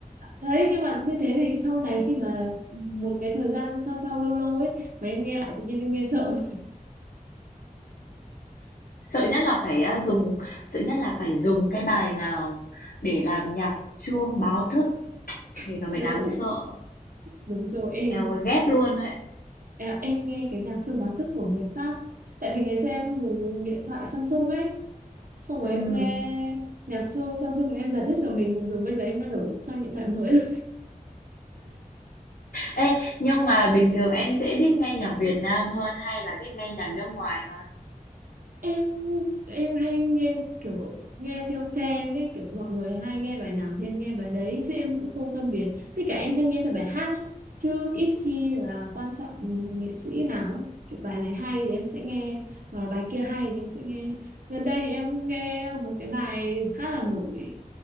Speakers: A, on the right; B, on the left.
A: đấy nhưng mà như thế thì sau này khi mà một cái thời gian sau sau lâu lâu ấy mà em nghe lại tự nhiên em nghe sợ
B: Sợ nhất là phải á, dùng sợ nhất là phải dùng cái bài nào để làm nhạc chuông báo thức thì
A: <laughs>
B: nó mới
A: đúng
B: đáng sợ.
A: đúng rồi em
B: Eo ghét luôn đấy.
A: à, em nghe cái nhạc chuông báo thức của người khác tại vì ngày xưa em dùng điện thoại Samsung ấy xong rồi
B: Ừm.
A: em nghe nhạc chuông Samsung em giật hết cả mình mặc dù bây giờ em đã đổi sang điện thoại mới
B: Ê, nhưng mà bình thường em sẽ thích nghe nhạc Việt Nam hơn hay là thích nghe nhạc nước ngoài hơn?
A: em em hay nghe kiểu nghe theo trend ấy kiểu mọi người hay nghe bài nào thì em nghe bài đấy chứ em cũng không phân biệt tất cả em hay nghe theo bài hát ấy. chứ ít khi là quan trọng nghệ sĩ nào ấy. kiểu bài này hay thì em sẽ nghe mà bài kia hay thì em sẽ nghe gần đây thì em nghe một cái bài khá là nổi